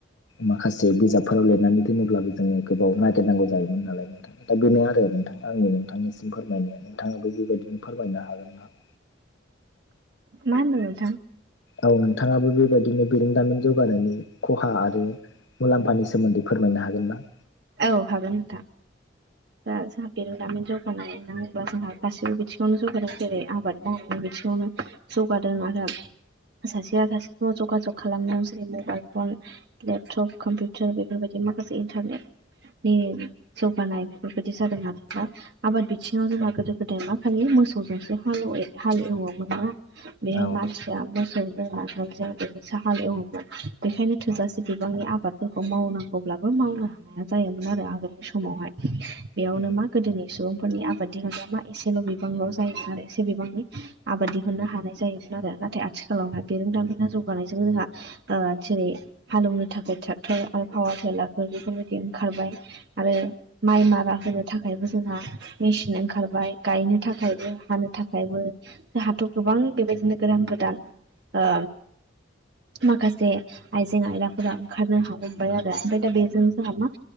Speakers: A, on the left; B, on the right.
A: माखासे बिजाबफोराव लिरनानै दोनोब्लाबो जोङो गोबाव नागिरनांगौ जायोमोन नालाय नोंथांङ। दा बेनो आरो नोंथां आंनि नोंथांनिसिम फोरमायनाया नोंथाङाबो बेबायदिनो फोरमायनो हागोन ना?
B: मा होनदों नोंथां?
A: औ नोंथाङाबो बेबायदिनो बेरेंदामि जौगानायनि खहा आरो मुलाम्फानि सोमोन्दै फोरमायनो हागोन ना?
B: औ हागोन नोंथां। दा जोंहा बेरोंदामिन जौगानाय होननाांग्ला जोंहा गासैबो बिथिङावनो जौगादों जेरै आबाद मावनायनि बिथिङावनो जौगादों आरो सासेया सासेखौ जगाजग खालामदों जेरै मबाइल फन लेपटप कम्पिउटार बेफोरबायदि माखासे इन्टारनेट नि जौगानाय बेफोरबायदि जादों ना। आबाद बिथिङाव जोंहा गोदो गोदाय मा खालि मोसौजोंसो हालव हाल एवोमोन ना। बेहाय
A: औ
B: मा मोसौ लांगोन जों बिनो स हाल एवोमोन बेखायनो थोजासे बिबांनि आबाद फोरखौ मावनांगौब्लाबो मावनो हाया। जायोमोन आरो आगोलनि समावहाय बेयावनो
A: औ
B: मा गोदोनि सुबुंफोरनि आबाद दि मोनग्रा मा एसेल' बिबांल' जायो आरो एसे बिबांनि आबाद दिहुननो हानाय जायोमोन आरो नाथाय आथिखालावहाय बेरोंदाेला जौगानायजों जोंहा ओ जेरै हालौवनो थाखाय ट्रेक्टर आरो पावार टेलारफोर बेफोरबायदि ओंखारबाय। आरो माइ मारा होनो थाखायबो जोंहा मेचिन ओंखारबाय गायनो थाखायबो हानो थाखायबो। जोंहाथ' गोबां बेबायदिनो गोदान गोदान ओ माखासे आइजें आयलाफोरा ओंखारनो हाजोबाय आरो ओमफाय दा बेजों जोंहा मा